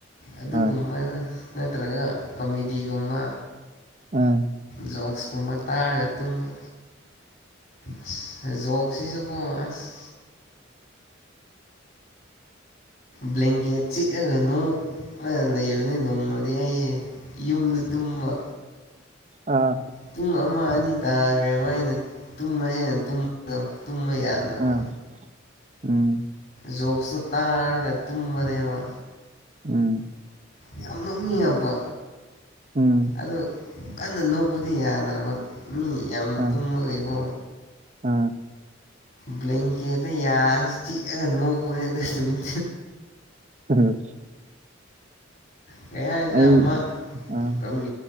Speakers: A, on the left; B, on the right.
A: ꯑꯗꯨꯒꯨꯝꯕ
B: ꯍꯣꯏ
A: ꯅꯠꯇ꯭ꯔꯒ ꯀ‌ꯃꯦꯗꯤꯒꯨꯝꯕ
B: ꯎꯝ
A: ꯖꯣꯛꯁꯀꯨꯝꯕ ꯇꯥꯔꯒ ꯇꯨꯝꯕ ꯑꯁ ꯖꯣꯛꯁꯤꯁꯨꯀꯣ ꯑꯁ ꯕ꯭ꯂꯦꯟꯀꯦꯠ ꯆꯤꯛꯑꯒ ꯅ‌ꯣꯛꯂꯒ ꯂꯩꯕ ꯅꯦ ꯅꯣꯡꯃꯗꯤ ꯑꯩꯖꯦ ꯌꯨꯝꯗ ꯇꯨꯝꯕ
B: ꯑꯥ
A: ꯄꯨꯡ ꯑꯃ ꯑꯅꯤ ꯇꯥꯒ꯭ꯔꯦꯕ ꯑꯩꯅ ꯇꯨꯝꯃꯖꯦꯅ ꯇꯨꯝꯕꯗꯣ ꯇꯨꯝꯕ ꯌꯥꯗꯕ
B: ꯑꯥ ꯎꯝ
A: ꯖꯣꯛꯁꯨ ꯇꯥꯔꯒ ꯇꯨꯝꯕꯅꯦꯕ
B: ꯎꯝ
A: ꯌꯥꯝ ꯅꯣꯛꯅꯤꯡꯉꯛꯄ
B: ꯎꯝ
A: ꯑꯗꯨ ꯀꯟꯅ ꯅꯣꯛꯄꯗꯤ ꯌꯥꯗ꯭ꯔꯕ ꯃꯤ ꯌꯥꯝꯅ
B: ꯑꯥ
A: ꯇꯨꯝꯕꯒꯤꯀꯣ
B: ꯑꯥ
A: ꯕ꯭ꯂꯦꯡꯀꯦꯗ ꯌꯥꯅ ꯆꯤꯛꯑꯒ ꯅꯣꯛꯄꯅ‌ꯦ ꯑꯗꯨ ꯅꯨꯃꯤꯠ
B: ꯎꯝ
A: ꯀꯩ ꯍꯥꯏꯖꯤꯔꯥ
B: ꯑꯩ
A: ꯑꯃ
B: ꯑꯥ
A: ꯀꯃꯤ